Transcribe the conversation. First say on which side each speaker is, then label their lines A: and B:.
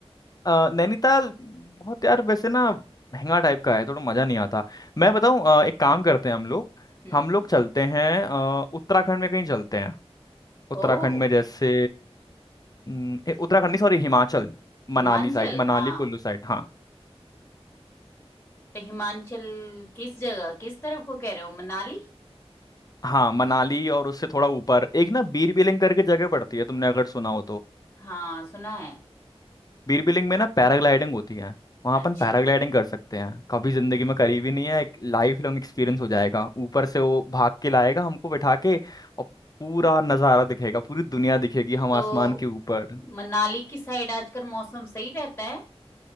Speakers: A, on the left; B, on the left.
A: अ, नैनीताल बहुत यार वैसे ना महंगा टाइप का है थोड़ा मजा नहीं आता मैं बताऊं अ, एक काम करते हैं हम लोग
B: हम्म
A: हम लोग चलते हैं अ, उत्तराखंड में कहीं चलते हैं उत्तराखंड
B: ओ
A: में जैसे हम्म, ए, उत्तराखंड नहीं sorry Himachal
B: हिमाचल
A: Manali side Manali
B: हाँ
A: Kullu side हाँ
B: तो हिमाचल किस जगह किस तरफ को कह रहे हो मनाली
A: हाँ मनाली और उससे थोड़ा ऊपर एक ना बीर बिलिंग करके जगह पड़ती है तुमने अगर सुना हो तो
B: हाँ सुना है
A: बीर बिलिंग में ना पैराग्लाइडिंग होती है वहाँ
B: अच्छा
A: अपन पैराग्लाइडिंग कर सकते हैं कभी जिंदगी में करी भी नहीं है एक लाइफ लॉन्ग एक्सपीरियंस हो जाएगा ऊपर से वो भाग के लाएगा हमको बैठा के और पूरा नज़ारा दिखेगा पूरी दुनिया दिखेगी हम
B: तो
A: आसमान के ऊपर
B: मनाली की साइड आजकल मौसम सही रहता है